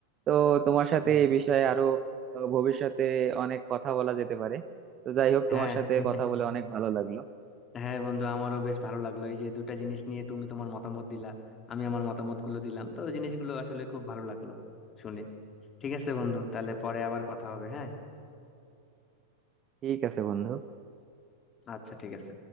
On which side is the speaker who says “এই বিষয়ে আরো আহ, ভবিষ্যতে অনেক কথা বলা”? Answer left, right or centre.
Right